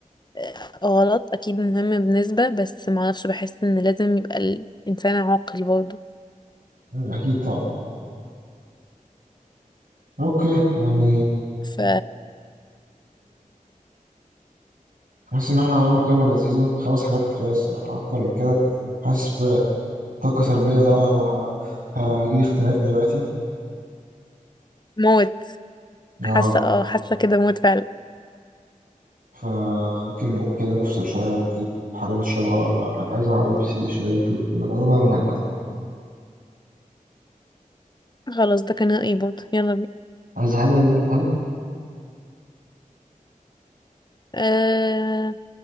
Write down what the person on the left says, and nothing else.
آه، غلط أكيد مهم بنسبة بس معرفش بحس ان لازم يبقى الإنسان عاقل برضه
ف
موت
حاسة اه حاسة كده موت فعلا
خلاص ده كان رأيي برضه يلا بينا
أه...